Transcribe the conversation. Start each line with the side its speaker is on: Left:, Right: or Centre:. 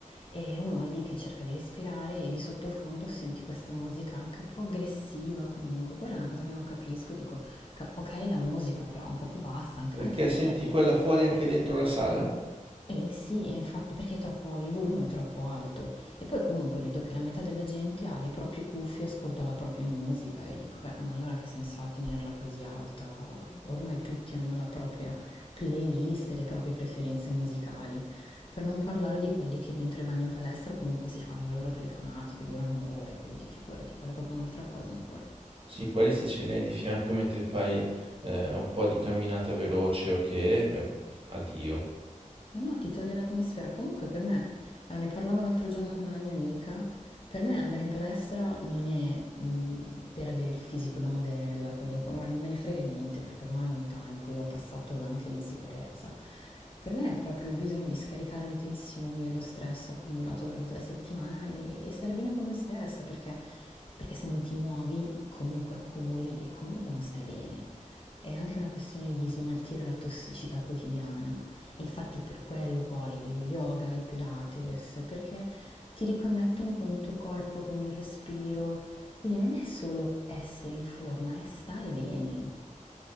Left: E uno è lì che cerca di respirare e di sottofondo senti questa musica anche un po' aggressiva comunque. Quella è una cosa che non capisco, dico, ca- ok la musica però un po' più bassa, anche,
Right: Perché
Left: anche perché
Right: senti quella fuori anche dentro la sala?
Left: Eh sì, e infatti perché è troppo, il volume è troppo alto e poi comunque vedo che la metà della gente ha le proprie cuffie, ascolta la propria musica e dico, beh, ma allora che senso ha tenerla così alta? Ormai tutti hanno la propria playlist e le proprie preferenze musicali, per non parlare di quelli che mentre vanno in palestra comunque si fanno le loro telefonate che durano ore, quindi figurati, quella è proprio un'altra cosa ancora.
Right: Sì, quelli se ce li hai di fianco mentre fai eh, un po' di camminata veloce o okay, che, beh, addio.
Left: Ma no, ti toglie l'atmosfera. Comunque per me, allora, ne parlavo l'altro giorno con una mia amica, per me andare in palestra non è mh, per avere il fisico da modella, quelle- guarda, non me ne frega niente perché ormai è un'età in cui ho passato anche l'insicurezza. Per me è proprio il bisogno di scaricare le tensioni e lo stress accumulato durante la settimana e, e stare bene con me stessa perché, perché se non ti muovi comunque accumuli e comunque non stai bene. È anche una questione di smaltire la tossicità quotidiana. Infatti per quello poi lo yoga, il Pilates, perché ti riconnettono con il tuo corpo, con il respiro. Quindi non è solo essere in forma, è stare bene.